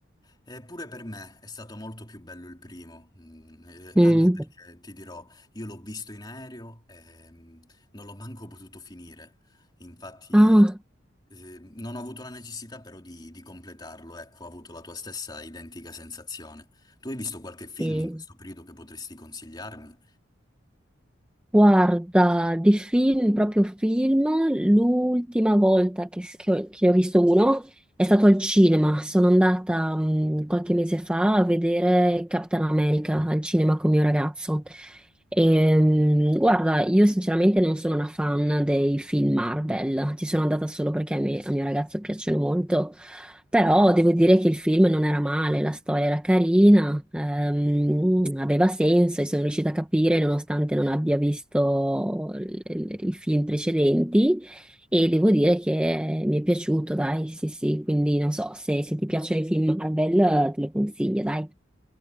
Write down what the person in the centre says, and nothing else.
Mm.
Ah,
sì.
Guarda, di film, proprio film, l'ultima volta che, s- che ho, che ho visto uno è stato al cinema. Sono andata mh, qualche mese fa a vedere Capitan America al cinema con mio ragazzo. Ehm, guarda, io sinceramente non sono una fan dei film Marvel, ci sono andata solo perché a me- a mio ragazzo piacciono molto. Però devo dire che il film non era male, la storia era carina, ehm, aveva senso e sono riuscita a capire nonostante non abbia visto il- i film precedenti e devo dire che mi è piaciuto, dai, sì sì, quindi non so, se, se ti piacciono i film Marvel eh, te lo consiglio, dai.